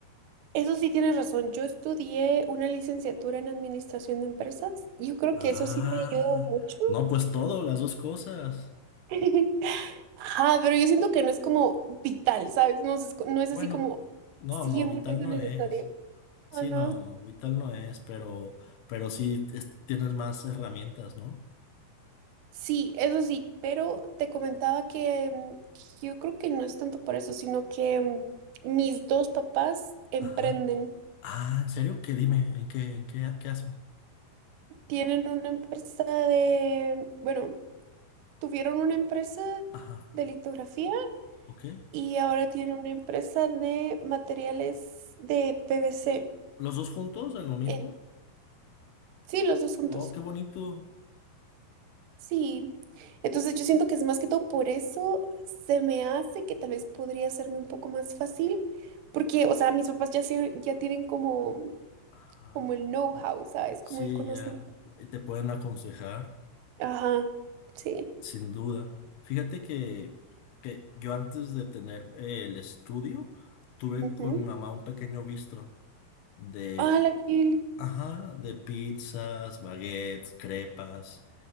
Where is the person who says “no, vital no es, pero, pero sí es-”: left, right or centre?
Left